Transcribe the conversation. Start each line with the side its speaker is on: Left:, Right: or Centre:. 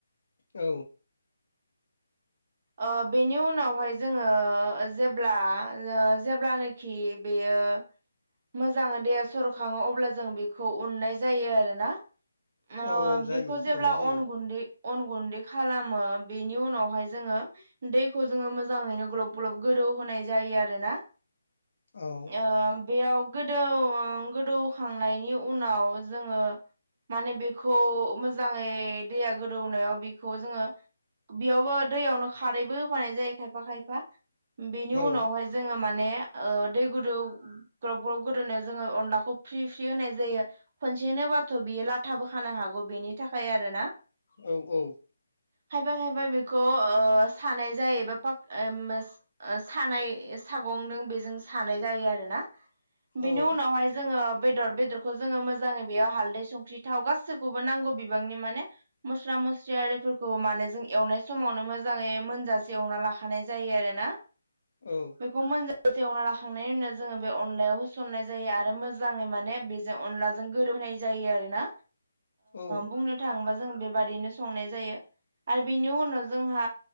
Left: औ।
Right: ओ बेनि उनावहाय जोङो जेब्ला जेब्लानो खि बेयो मोजां दैेया सर'खाङो अब्ला जों बेखौ उननाय जायो आरोना। ओ
Left: औ औ जायो
Right: बेखौ जेब्ला
Left: एवनाय जायो
Right: अन गुन्दै अन गुन्दै खालामो बेनि उनावहाय जोङो दैखौ जोङो मोजाङैनो ग्लब ग्लब गोदौ होनाय जायो आरोना।
Left: औ
Right: ओ बेयाव गोदौ ओ गोदौखांनायनि उनाव जोङो माने बेखौ मोजाङै दैया गोदौनायाव बेखौ जोङो बेयावबो दैयावनो खारैबो होफानाय जायो खायफा खायफा बेनि उनावहाय
Left: औ
Right: जोङो माने ओ दै गुदुं ग्लब ग्लब गोदौनायाव जोङो अनलाखौ फ्रि फ्रि होनाय जायो खनसे होनोबाथ' बियो लाथाबो खानो हाग <unintelligible> बेनि थाखाय आरो ना
Left: औ औ
Right: खायफा खायफा बेखौ ओ सानाय जायोबा <unintelligible> सानाय सागं दो बेजों सानाय जायो आरो ना बिनि
Left: औ
Right: उनावहाय जोङो बेदर बेदरखौ जोङो मोजांयै बेयाव हालदै संख्रि थाव‌ गासैखौबो नांगौ बिबांनि माने मस्ला मस्लि आरिफोरखौ माने जों एवनाय समावनो मोजाङै मोनजासे एवना लाखानाय जायो आरोना
Left: औ
Right: बे मोनजा एवना लाखांनायनि उनाव जोङो बेव अनलायाव होसननाय जायो आरो मोजाङै माने बेजों अनलाजों गोरोब। होननाय जायो आरोना।
Left: औ
Right: बुंनो थाङोबा जों बेबादिनो संनाय जायो आरो बेनि उनाव जोंहा